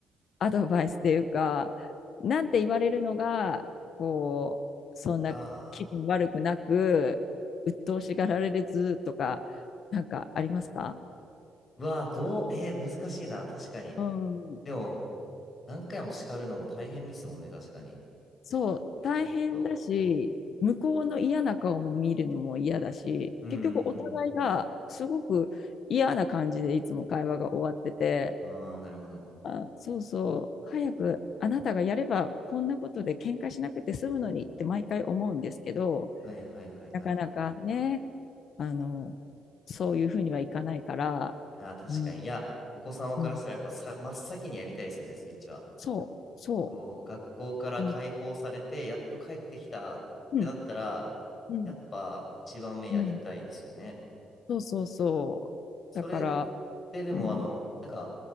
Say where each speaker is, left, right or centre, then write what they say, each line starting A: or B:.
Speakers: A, on the left; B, on the left.
A: アドバイスっていうか、なんて言われるのが、こう、そんな気分悪くなく、
B: うわ
A: 鬱陶しがられずとか、なんかありますか
B: ーうわー、どう、えー難しいな、確かに。
A: うん。
B: でも、何回も叱るのも大変ですもんね、確かに。
A: そう、大変だし、
B: ずっと。
A: 向こうの嫌な顔も見るのも嫌だし、
B: うん。
A: 結局お互いがすごく嫌な感じでいつも会話が終わってて、
B: ああ、なるほど。
A: あ、そうそう、早くあなたがやればこんなことで喧嘩しなくて済むのにって毎回思うんですけど、
B: はいはいはい、なるほど。
A: なかなかね、あの、そういうふうにはいかないから、
B: いやー、確かに。
A: うん、
B: いや、お子様からしたらやっぱさ、
A: うん、
B: 真っ先にやりたいですよね、スイッチは。
A: そう、そ
B: こう、学校から解放されて、
A: う、うん、
B: やっと帰ってきたってなったら、
A: うん、うん、
B: やっぱ一番目やりたいですよね。
A: うん、そうそうそう。
B: それっ
A: だから、
B: てでも、
A: うん、
B: あの、なんか、